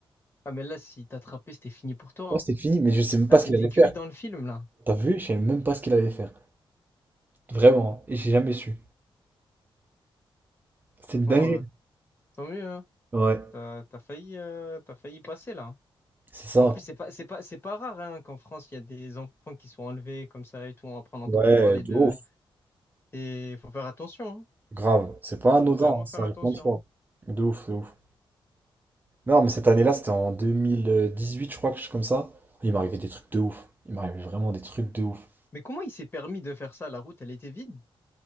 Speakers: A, on the left; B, on the right.
A: Ah mais là, si t'attrapais, c'était fini pour toi.
B: Ouais,
A: hein.
B: c'était fini, mais je sais même
A: Ah,
B: pas
A: t'étais
B: ce qu'il allait
A: cuit
B: faire.
A: dans le film là.
B: T'as vu? Je savais même pas ce qu'il allait faire. Vraiment. hein. Et j'ai jamais su. C'était une
A: Bon,
B: dinguerie.
A: euh, tant mieux. Hein.
B: Ouais,
A: T'as, t'as failli, euh, t'as failli passer là. hein.
B: c'est ça.
A: En plus, c'est pas, c'est pas, c'est pas rare hein, qu'en France, il y a des enfants qui sont enlevés comme ça et tout. Après, on n'entend
B: Ouais,
A: plus parler d'eux.
B: de ouf.
A: Et faut faire attention. hein.
B: Grave. C'est pas anodin.
A: Faut vraiment
B: hein, Ça
A: faire
B: arrive
A: attention.
B: plein de fois. De ouf, de ouf. Non, mais cette année-là, c'était en 2018, je crois, quelque chose comme ça. Il m'arrivait des trucs de ouf. Il m'arrivait vraiment des trucs de ouf.
A: Mais comment il s'est permis de faire ça? La route, elle était vide.